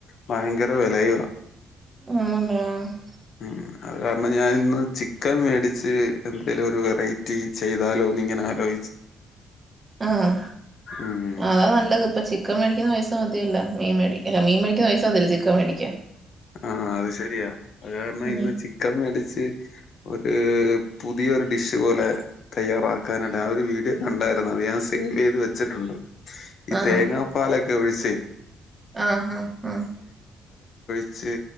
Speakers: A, on the left; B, on the right.
A: ഭയങ്കര വിലയവാ
B: <unintelligible>
A: ഉം അത് കാരണം ഞാൻ ഇന്ന് ചിക്കൻ മേടിച്ച് എന്തെിലും ഒരു വെറൈറ്റി ചെയ്താലോ നിങ്ങനെ ആലോ
B: ആഹ്
A: ഉം
B: അതാ നല്ലത് ഇപ്പ ചിക് ക്കൻ മേടിക്കുന്ന പൈസ മതില്ല മീൻ മേടി മീൻ മേടിക്കുന്ന പൈസ മതില്ല ചിക്കൻ മേടിക്കൻ
A: ആഹ് അത് ശരിയാ അത് കാരണം
B: ഉം
A: ഇന്ന് ചിക്കൻ മേടിച്ച് ഒരു പുതിയൊരു ഡിഷ് പോലെ തയ്യാറാക്കാനാട്ട് ഒരു വീഡിയോ കണ്ടായിരരുന്നു അത് ഞാൻ സേവ് ചെയ്ത് വെച്ചിട്ടുണ്ട് ഈ
B: ആഹ്
A: തേങ്ങാപ്പാലൊക്കെ ഒഴിച്ചേ
B: ആഹ് ഹാ ഹ
A: ച്ച്